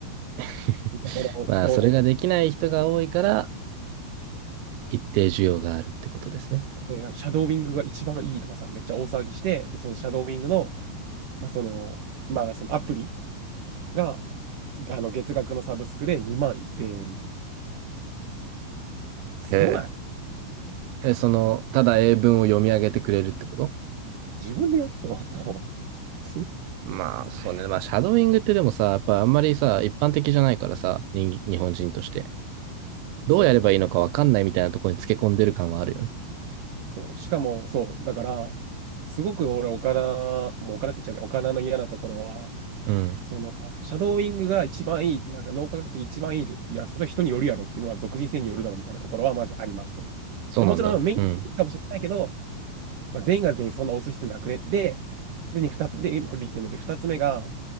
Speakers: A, on the right (about 85°); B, on the right (about 55°).
A: <laughs>
B: <laughs>
A: まあそれができない人が多いから一定需要があるってことですね。
B: で、なんかシャドーウィングが一番いいとかさ、めっちゃ大騒ぎして、で、そのシャドーウィングの、まあ、その、まあ、そのアプリが、あの、月額のサブスクで2万1000円っていう。すごない
A: へえ。え、その、ただ英文を読み上げてくれるってこと
B: 自分でやるのそう。<laughs>
A: まあそうね。まあシャドウイングってでもさ、やっぱあんまりさ、一般的じゃないからさ、人、日本人として。
B: そうね。
A: どうやればいいのかわかんないみたいなところにつけ込んでる感はあるよね。
B: そう。しかも、そう。だから、すごく俺、岡田、もう岡田って言っちゃうけど、岡田の嫌なところは、
A: うん。
B: その、シャドーウィングが一番いい、なんか脳科学的一番いいって、いや、それは人によるやろって、まあ、俗人性によるだろみたいなところはまずありますと。
A: そうなんだ。
B: まあ、もちろんメインかもしれないけど、
A: うん。
B: まあ、全員が全員そんな押す必要なくね。で、で、に二つ、で、これ1点目で、2つ目が、